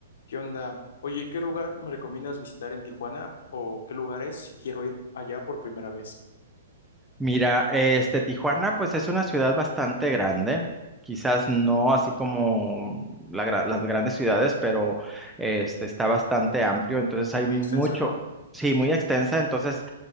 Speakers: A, on the left; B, in the centre.
A: ¿Qué onda? Oye, ¿qué lugar me recomiendas visitar en Tijuana o qué lugares si quiero ir allá por primera vez?
B: Mira, este Tijuana, pues es una ciudad bastante grande, quizás no así como la gra- las grandes ciudades, pero este está bastante amplio, entonces
A: Sí,
B: hay
A: muy
B: mucho,
A: extensa, ¿no?
B: sí, muy extensa, entonces